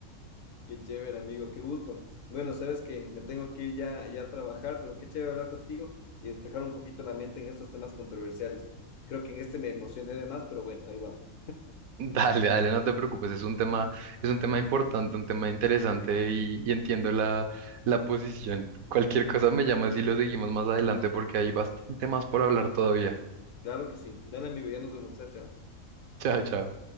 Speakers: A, on the left; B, on the right.
A: Qué chévere, amigo, qué gusto. Bueno, sabes que me tengo que ir ya, ya a trabajar, pero qué chévere hablar contigo y despejar un poquito la mente en estos temas controversiales. Creo que en este me emocioné de más, pero bueno, ahí vamos.
B: Dale, dale, no te preocupes, es un tema, es un tema importante, un tema interesante y, y entiendo la, la posición. Cualquier cosa me llamas y lo seguimos más adelante porque hay bastante más por hablar todavía.
A: Claro que sí. Dale, amigo, ya nos vemos, chao, chao.
B: Chao, chao.